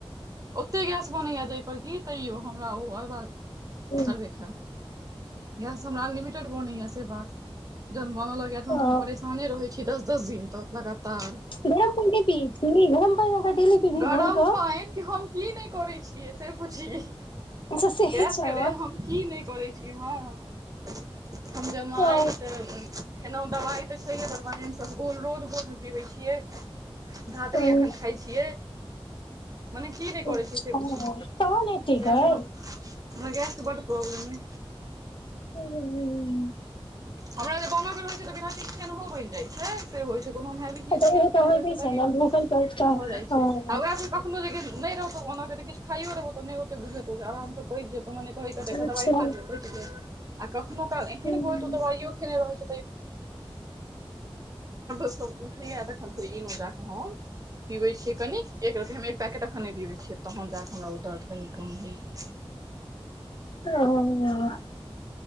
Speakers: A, on the right; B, on the left.
A: ओते गैस बनैया जै पर की तैयो हमरा ओ अरबा
B: हम्म,
A: अरबे खैब। गैस हमरा अनलिमिटेड बनैया से बात जहन बन लगैया तहन
B: ओ
A: त हम परेशाने रहै छी दस-दस दिन तक लगातार।
B: गरम पानि नै पियै छी? गरम पानि अहाँ डेली पीबही
A: गरम
B: भोर कऽ
A: पानि कि हम की नै करै छियै से पुछही।
B: अच्छा सेहे
A: गैस
B: छौ
A: के लेल हम की नै करै छी। यै हँ <inaudible> हम जमाइन
B: ओ
A: करबै। खेेलौं। दबाइ त छैहे परमानेंट सफगोल रोज भोर मे पीबै छियै। धात्री
B: हम्म,
A: एखन खाइ छियै। मने की नै करै
B: अच्छा
A: छीयै से बुझीयौ।
B: तहन एते
A: गैस
B: गै
A: ओना हमरा गैस के बड प्रौब्लम अइ।
B: <unintelligible>
A: हमरा जे बनके रहै छै त बिना किछ खेनहो बनि जाइ छै। से होइ छै। कोनोै हम हैवी चीज
B: तऽ
A: नहियो
B: ओ
A: खेने
B: तऽ होइते
A: रहै छिअइ तहियो
B: छै ने
A: भ
B: भूखल पेट तऽ
A: <inaudible> भ जाइ छै
B: अ,
A: आ ओएह पर कखनो जे नै रह त ओना के त किछ खाइयो रहबौ त नै ओतेक बुझेतौ जे आराम स पचि जेतौ मने कहै
B: अच्छा
A: के त एकटा दवाइ खा ले। पचि गेल <inaudible> आ कखनो काल
B: और
A: एहन भ जेतौ <unintelligible> दर्द सब उठैया त फेर ईनो जा क हम <inaudible> पिबै छियै कनिक एक रती, हम एक पैकेट अखन नै पिबै छियै। तहन जा क हमरा ओ दर्द कनी कम होइया।
B: <unintelligible>